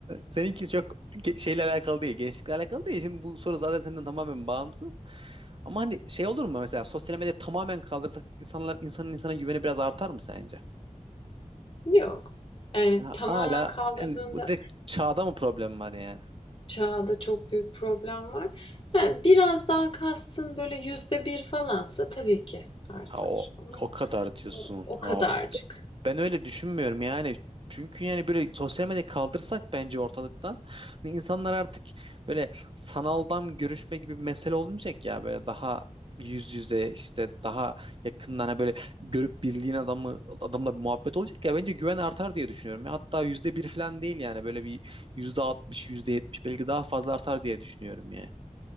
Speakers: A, on the right; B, on the left.
A: Seninki çok ge- şeyle alakalı değil. Gençlikle alakalı değil. Şimdi bu soru zaten senden tamamen bağımsız. Ama hani şey olur mu mesela sosyal medya tamamen kaldırsak insanlar insanın insana güveni biraz artar mı sence?
B: Yok. Yani
A: Ha,
B: tamamen
A: hala
B: kaldırdığında
A: yani bu direkt çağda mı problem var yani?
B: çağda çok büyük problem var. Ha, biraz daha kastın böyle yüzde bir falansa tabii ki artar.
A: Ha, o,
B: Ama
A: o kadar diyorsun.
B: o, o kadarcık.
A: Ya, b- ben öyle düşünmüyorum yani. Çünkü yani böyle sosyal medyayı kaldırsak bence ortalıktan hani insanlar artık böyle sanaldan görüşme gibi bir mesele olmayacak ya böyle daha yüz yüze işte daha yakından hani böyle görüp bildiğin adamı adamla bir muhabbet olacak ya bence güven artar diye düşünüyorum. Ya hatta yüzde bir falan değil yani böyle bir yüzde altmış yüzde yetmiş belki daha fazla artar diye düşünüyorum yani.